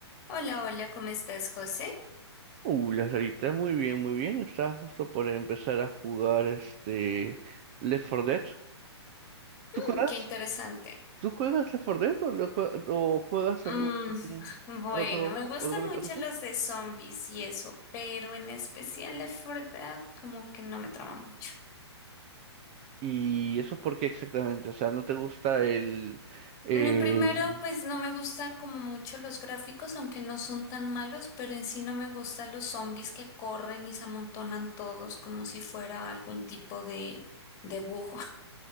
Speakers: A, on the left; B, on the right.
A: Hola, hola, ¿cómo estás, José?
B: Uh, la salita, muy bien, muy bien. Estaba justo por empezar a jugar este Left 4 Dead.
A: Mm,
B: ¿Tú juegas?
A: qué interesante.
B: ¿Tú juegas Left 4 Dead o, lo jue- o juegas
A: Mm,
B: algún
A: <laughs> bueno,
B: otro,
A: me gustan
B: alguna
A: mucho
B: otra cosa?
A: los de zombies y eso, pero en especial de verdad como que no me trama mucho.
B: ¿Y eso por qué exactamente? O sea, ¿no te gusta el, el...
A: No, primero, pues no me gusta como mucho los gráficos, aunque no son tan malos, pero en sí no me gustan los zombies que corren y se amontonan todos como si fuera algún tipo de de bujo.